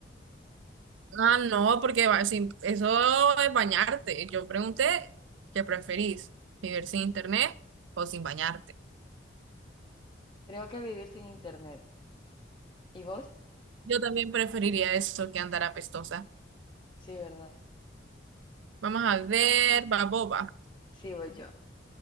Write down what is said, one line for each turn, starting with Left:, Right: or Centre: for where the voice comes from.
Right: Ah, no, porque va- sin- eso es bañarte. Yo pregunté, ¿qué preferís? ¿Vivir sin internet o sin bañarte?
Left: Creo que vivir sin internet. ¿Y vos?
Right: Yo también preferiría eso que andar apestosa.
Left: Sí, ¿verdad?
Right: Vamos a ver, Baboba.
Left: Sí, voy yo.